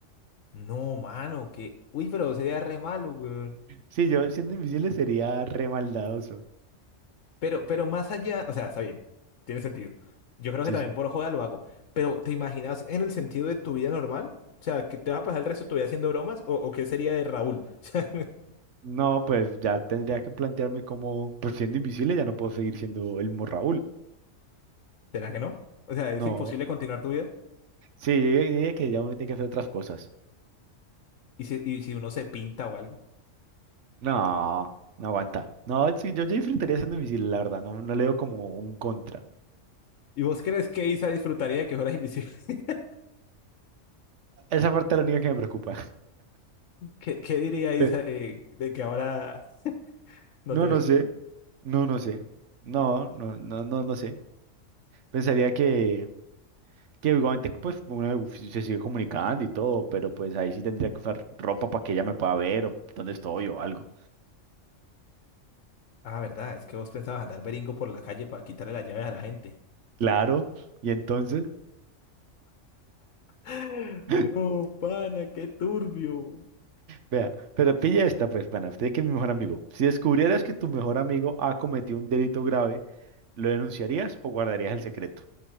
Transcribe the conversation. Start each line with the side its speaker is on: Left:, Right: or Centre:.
Left: no, mano, que, uy, pero sería re malo, güey.
Right: Sí, yo siendo invisible sería re maldadoso.
Left: Pero, pero más allá, o sea, está bien, tiene sentido. Yo creo
Right: Sí,
Left: que también
Right: sí.
Left: por joda lo hago. Pero, ¿te imaginas en el sentido de tu vida normal? O sea, ¿que te vas a pasar el resto de tu vida haciendo bromas? ¿O, o qué sería de Raúl? <laughs>
Right: No, pues ya tendría que plantearme cómo, pues siendo invisible ya no puedo seguir siendo el mismo Raúl.
Left: O sea, ¿será que no? O sea, ¿es
Right: No,
Left: imposible continuar tu vida?
Right: sí, yo diría yo diría que ya uno tiene que hacer otras cosas.
Left: ¿Y si, y si uno se pinta o algo?
Right: No, no aguanta. No, sí, yo, yo disfrutaría siendo invisible, la verdad, no, no le veo como un contra.
Left: ¿Y vos crees que Isa disfrutaría de que fueras invisible? <laughs>
Right: Esa parte es la única que me preocupa.
Left: ¿Qué, qué diría Isa
Right: <laughs> Pe-
Left: de, de que ahora no
Right: No,
Left: te ve?
Right: no sé. No, no sé. No, no, no, no, no sé. Pensaría que, que igualmente pues uno se sigue comunicando y todo, pero pues ahí sí tendría que usar ropa para que ella me pueda ver o dónde estoy o algo.
Left: Ah, verdad, es que vos pensabas andar beringo por la calle para quitarle las llaves a la gente. <gasps>
Right: Claro. Y entonces,
Left: <laughs>
Right: <laughs>
Left: No, pana, qué turbio.
Right: Vea, pero pilla esta, pues, pana. Usted que es mi mejor amigo. Si descubrieras que tu mejor amigo ha cometido un delito grave, ¿lo denunciarías o guardarías el secreto?